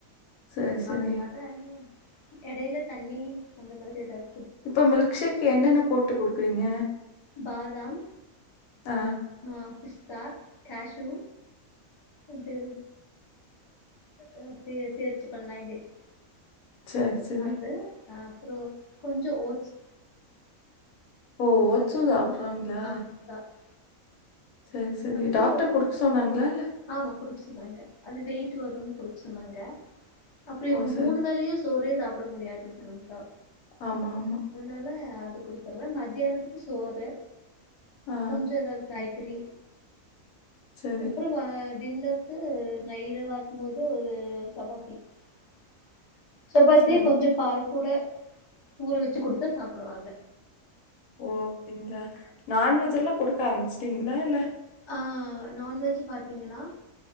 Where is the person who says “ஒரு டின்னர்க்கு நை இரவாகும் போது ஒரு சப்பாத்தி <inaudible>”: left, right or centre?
Left